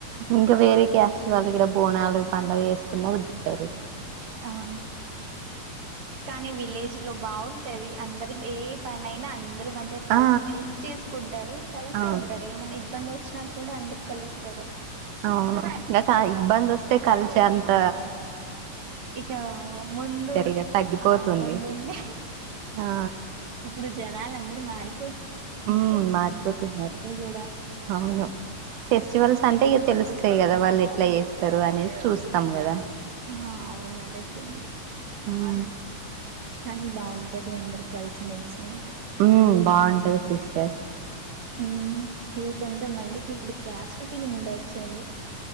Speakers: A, on the right; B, on the right.
A: ఇంకా వేరే క్యాస్ట్ వాళ్ళు కూడా బోనాలు పండగ చేసుకున్నా పిలుత్తారు
B: అవును కానీ విలేజ్ లో బాగుంటది అందరు ఏ పనైనా అందురు మంచిగా కలిసి
A: ఆ
B: మెలిసి చేసుకుంటారు కలిసి
A: అవును
B: ఉంటారు ఏమైనా ఇబ్బంది వ వచ్చినా కూడా అందురు కలుస్తరు
A: అవును ఇకా ఇబ్బందొస్తే కల్ చెంత
B: ఇక ముందు
A: ఇక
B: ఇప్
A: తగ్గిపోతుంది
B: ఆ ముందుండి
A: ఆ
B: ఇప్పుడు జనాలు అందరూ మారిపో
A: హ్మ్ మారిపోతున్నారు
B: కూడా
A: అవును ఫెస్టివల్స్ అంటే ఇక తెలుస్ అంతే కదా వాళ్ళు ఎట్లా చేస్తారు అనేది చూస్తాం కదా
B: ఆ అవునదయితే ఉంది
A: హ్మ్
B: కానీ బావుంటది అందరు కలిసిమెలిసి ఉ
A: హ్మ్ బావుంటది సిస్టర్
B: హ్మ్ ఇక కొంతమందికి ఇప్పుడు క్యాస్ట్ ఫిలింగ్ కూడా వచ్చింది